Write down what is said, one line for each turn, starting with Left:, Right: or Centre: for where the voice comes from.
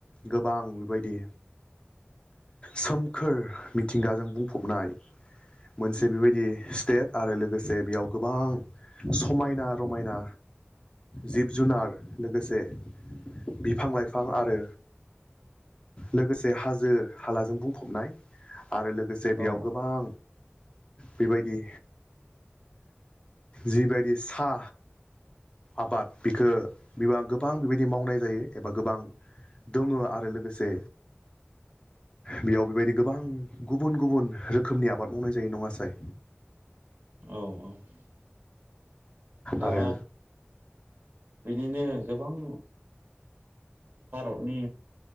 Left: गोबां बेबायदि सोमखोर मिथिंगाजों बुंफबनाय मोन से बेबायदि स्टेट आरो लोगोसे जे बेयाव गोबां समायना रमायना जिब- जुनार लोगोसे बिफां लाइफां आरो लोगोसे हाजो हालाजों बुंफबनाय । आरो लोगोसे
Right: औ
Left: बेयाव गोबां बेबायदि जिबायदि साहा आबाद बिख बिबा गोबां बेबायदि मावनाय जायो एबा गोबां दङ आरो लोगोसे बेयाव बेबायदि गोबां गुबुन गुबुन रोखोमनि आबाद मावनाय जायो नङासाय?
Right: औ औ । दा
Left: आरो
Right: बिनिनो गोबां भारतनि